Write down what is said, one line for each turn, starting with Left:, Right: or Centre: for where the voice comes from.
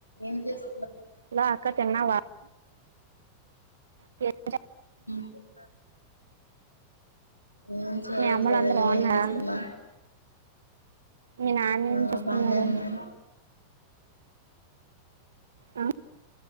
Left: ఏం చేస్
Right: హలో అక్క తిన్నావా? లే
Left: తిన్నాం. ఏం చేయట్లేదే
Right: మీ అమ్మలు అందరు
Left: నువ్వేం
Right: బాగున్నారా
Left: చేస్తున్నావ్
Right: మీ నాన్న
Left: ఆ
Right: ఏం చేస్తున్నాడే
Left: బానే ఉన్నాను.
Right: ఆ,